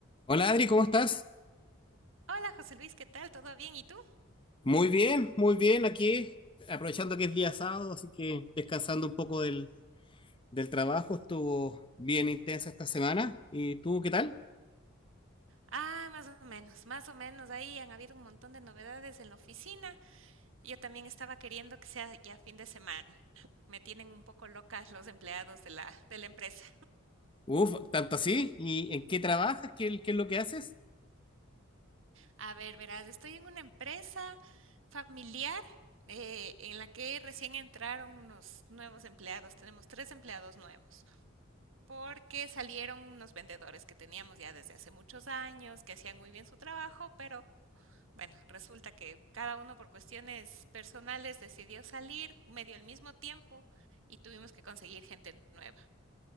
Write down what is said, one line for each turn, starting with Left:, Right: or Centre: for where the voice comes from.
Left: Hola Adri, ¿cómo estás?
Right: Hola José Luis, ¿qué tal? ¿Todo bien? ¿Y tú?
Left: Muy bien, muy bien aquí, aprovechando que es día sábado, así que descansando un poco del, del trabajo, estuvo bien intensa esta semana. ¿Y tú qué tal?
Right: Ah, más o menos, más o menos. Ahí han habido un montón de novedades en la oficina. Yo también estaba queriendo que sea ya fin de semana. Me tienen un poco locas los empleados de la, de la empresa.
Left: Uf, tanto así. ¿Y en qué trabajas? ¿Qué, qué es lo que haces?
Right: A ver, verás, estoy en una empresa familiar eh, en la que recién entraron unos nuevos empleados. Tenemos tres empleados nuevos porque salieron unos vendedores que teníamos ya desde hace muchos años, que hacían muy bien su trabajo, pero Bueno, resulta que cada uno por cuestiones personales decidió salir medio al mismo tiempo y tuvimos que conseguir gente nueva.